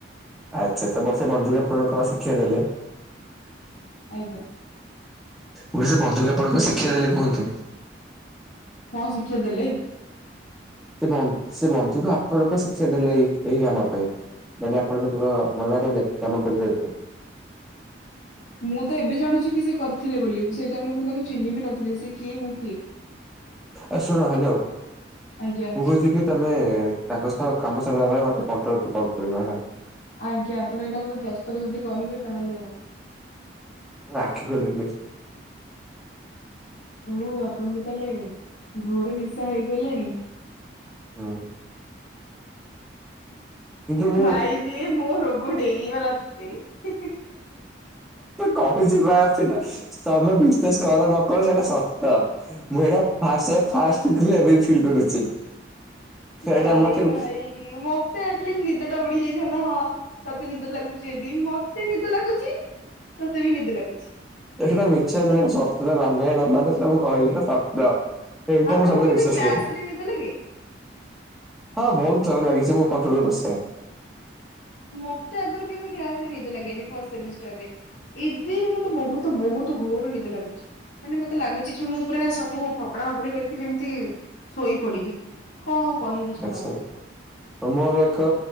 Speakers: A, in the centre; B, on the left.
A: ଆଚ୍ଛା ତ ବ ସେ ବନ୍ଧୂଙ୍କୁ ଆପଣ କଣ ଶିକ୍ଷା ଦେଲେ?
B: ଆଜ୍ଞା।
A: କହିଲି ସେ ବନ୍ଧୁକୁ ଆପଣ କଣ ଶିକ୍ଷା ଦେଲେ କୁହନ୍ତୁ?
B: କଣ ଶିକ୍ଷା ଦେଲେ?
A: ସେ ବନ୍ଧ ସେ ବନ୍ଧୁକୁ ଆପଣ କଣ ଶିକ୍ଷା ଦେଲେ ଏହିଁ ଏହି କାମ ପାଇଁ? ମାନେ ଆପଣ କଣ ମନା କଲେ କାମ କରିବାକୁ?
B: ମୁଁ ତ ଏବେ ଜାଣୁଛି କି ସେ କରିଥିଲେ ବୋଲି ସେଇ ଟାଇମ୍ ରେ ମୁଁ ତାଙ୍କୁ ଚିହ୍ନିବି ନଥିଲି ସେ କିଏ ମୁଁ କିଏ?
A: ଆ ଶୁଣ ହ୍ୟାଲୋ ମୁଁ
B: ଆଜ୍ଞା
A: କହୁଛି କି ତମେ ତାଙ୍କ ସହ କାମ ସାରିଲା ପରେ ମତେ କଣ୍ଟୁ କଲ୍ କରିବ ହେଲା।
B: ଆଜ୍ଞା ଆପଣ ଏଇଟା ମତେ ଦଶସ୍ତର ଯଦି କହିବେ ତାହେଲେ ଆଉ
A: ମୁଁ ଆଖି ଖୋଲିଲି।
B: ଓ ଆପଣଙ୍କୁ ତାହେଲେ ଘୋରେ ନିଶା ହେଇଗଲାଣି।
A: ହୁଁ। କିନ୍ତୁ ମୁଁ
B: ଭାଇ ବେ ମୋ ରୋଗ ଡେଇଗଲା ତତେ।
A: କହୁଛିିବା ଆସନା ତମେ <unintelligible> କର ନକ ସେଇଟା ସତ ମୁଁ ଏଇଟା ଫାଷ୍ଟ ଫଷ୍ଟ ଏବେ ବି ଫିଲ୍ କରୁଛି।
B: ଭାଇ
A: ଏଇଟା ମତେ
B: ଭାଇ ମତେ ଆଟଲିଷ୍ଟ ନିଦ ଟା ଉଡି ଯାଇଛି। ତା ହଁ ତତେ ନିଦ ଲାଗୁଛି ଯଦି ମତେ ନିଦ ଲାଗୁଛି ତତେ ବି ନିଦ ଲାଗୁଛି।
A: ଏ ସେଟା ମିଛ ନୁହଁ ଏଟା ସତ ମାନ ନ ମାନ ମୁଁ କହିଲି ଏଟା ସତ। ଏଇଟା
B: ଆପଣଙ୍କୁ
A: ମୁଁ ସବୁବେଳେ
B: କେବେ
A: ବିଶ୍ୱାସ
B: କ୍ଲାସ
A: କରେ।
B: ରେ ନିଦ ଲାଗେ?
A: ହଁ ବହୁତଥର ଲାଗେ ମୋ କଣ୍ଟ୍ରୋଲରେ ବସେ।
B: ମତେ ଆଗରୁ କେବେ କ୍ଲାସରେ ନିଦ ଲାଗେନି ଫ ସେମିଷ୍ଟରରେ। ଏବେ ମତେ ବହୁତ ବହୁତ ଘୋର ନିଦ ଲାଗୁଛି। ମାନେ ମତେ ଲାଗୁଛି କି ମୁଁ ପୁରା ସବୁ ଫପଡା ଫପଡି କରିକି ଯେମିତି ଶୋଇ ପଡିବି। କଣ କହିବି ଛାଡନ୍ତୁ।
A: ଆଚ୍ଛା। ମୋର ଏକ